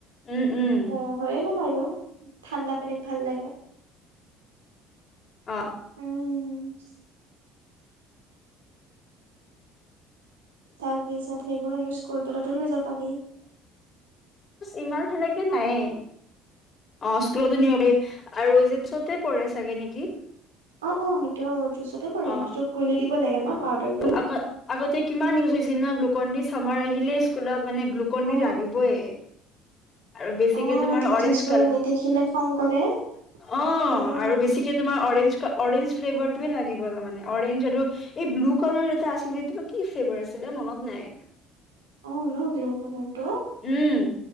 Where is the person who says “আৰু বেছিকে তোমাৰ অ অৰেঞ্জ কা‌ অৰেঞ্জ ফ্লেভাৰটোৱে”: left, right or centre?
Left